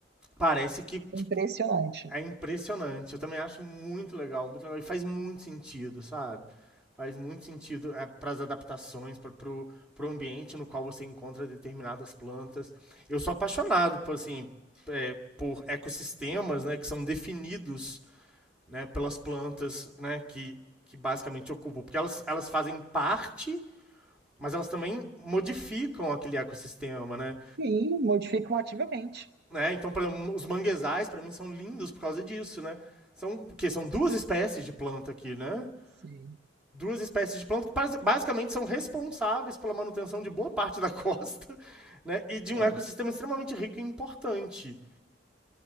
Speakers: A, in the centre; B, on the right.
A: Parece que
B: impressionante.
A: é impressionante. Eu também acho muito legal, muito legal. E faz muito sentido, sabe? Faz muito sentido é, para as adaptações, para pro, pro ambiente no qual você encontra determinadas plantas. Eu sou apaixonado por, assim, é, por ecossistemas né, que são definidos né, pelas plantas né, que, que basicamente ocupam. Porque elas, elas fazem parte mas elas também modificam aquele ecossistema, né?
B: Sim, modificam ativamente.
A: Né? Então, por exemplo, os manguezais, para mim, são lindos por causa disso, né? São o quê? São duas espécies de planta aqui, né?
B: Sim.
A: Duas espécies de planta que basicamente são responsáveis pela manutenção de boa parte <laughs> da costa, né? E de
B: É.
A: um ecossistema extremamente rico e importante.